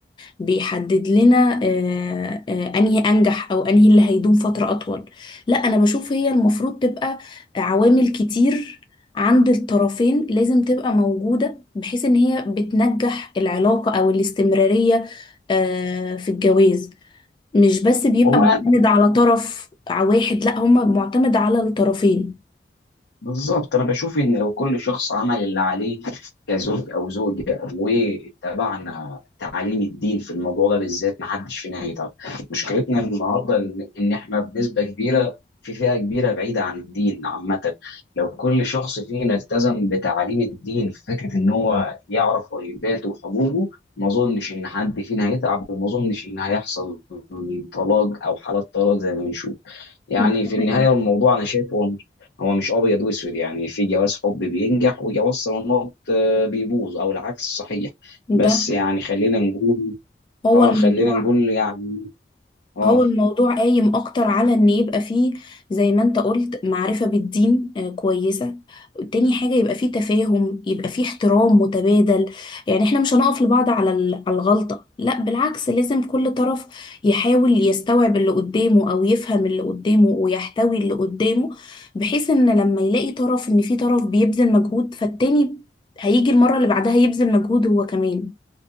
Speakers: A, on the left (about 25°); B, on the left (about 80°).
A: بيحدد لنا آه، آه، انهي انجح او انهي اللي هيدوم فتره اطول لا انا بشوف هي المفروض تبقى عوامل كتير عند الطرفين لازم تبقى موجوده بحيث ان هي بتنجح العلاقه او الاستمراريه آه، في الجواز مش بس بيبقى
B: والله
A: معتمد على طرف واحد لا هم معتمد على الطرفين
B: بالظبط انا بشوف ان لو كل شخص عمل اللي عليه كزوج او زوجه واتبعنا تعاليم الدين في الموضوع ده بالذات ما حدش فينا هيتعب مشكلتنا النهارده ان إن احنا بنسبه كبيره في فئه كبيره بعيده عن الدين عامه لو كل شخص فينا التزم بتعاليم الدين في فكره ان هو يعرف واجباته وحقوقه ما اظنش ان حد فينا هيتعب وما اظنش ان هيحصل طلاق او حالات طلاق زي ما بنشوف يعني
A: مم. ده
B: في النهاية
A: حقيقي
B: الموضوع أنا شايف هو مش هو مش أبيض وأسود يعني في جواز حب بينجح وجواز صالونات آه، بيبوظ أو العكس صحيح بس
A: ده
B: يعني خلينا نقول
A: هو
B: آه
A: الموضوع
B: خلينا نقول يعني آه
A: هو الموضوع قايم اكتر على ان يبقى فيه زي ما انت قلت معرفة بالدين آه، كويسة تاني حاجة يبقى فيه تفاهم يبقى فيه احترام متبادل يعني احنا مش هنقف لبعض على ال- على الغلطة لا بالعكس لازم كل طرف يحاول يستوعب اللي قدامه او يفهم اللي قدامه ويحتوي اللي قدامه بحيث ان لما يلاقي طرف ان في طرف بيبذل مجهود فالتاني هيجي المرة اللي بعدها يبذل مجهود هو كمان